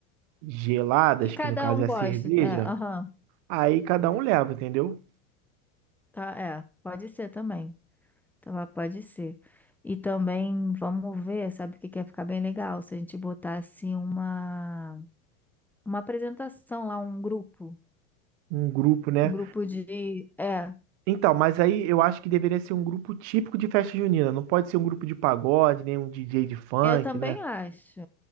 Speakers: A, on the right (about 60°); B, in the centre.
A: geladas,
B: Que cada
A: que no caso
B: um
A: é
B: gosta.
A: a cerveja,
B: É, aham,
A: aí cada um leva, entendeu?
B: tá, é, pode ser também. Tá, pode ser. E também vamos ver, sabe o que que ia ficar bem legal? Se a gente botasse uma, uma apresentação lá, um grupo.
A: Um grupo, né?
B: Um grupo de. É,
A: Então, mas aí eu acho que deveria ser um grupo típico de festa junina. Não pode ser um grupo de pagode, nem um DJ de funk,
B: eu também
A: né?
B: acho.